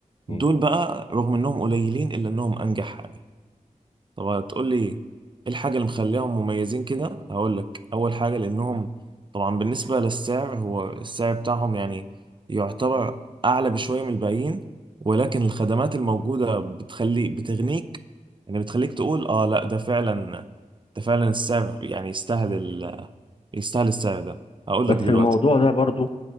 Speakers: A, on the left; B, on the right.
A: م.
B: دول بقى رغم إنهم قليلين إلا إنهم أنجح حاجة طب هتقول لي ايه الحاجة اللي مخليهم مميزين كده هقول لك اول حاجة لانهم طبعا بالنسبة للسعر هو السعر بتاعهم يعني يعتبر اعلى بشوية من الباقيين ولكن الخدمات الموجودة بتخلي بتغنيك يعني بتخليك تقول اه لا ده فعلا ده فعلا السعر يعني يستاهل ال... يستاهل السعر ده هقول
A: بس
B: لك دلوقتي
A: الموضوع ده برضو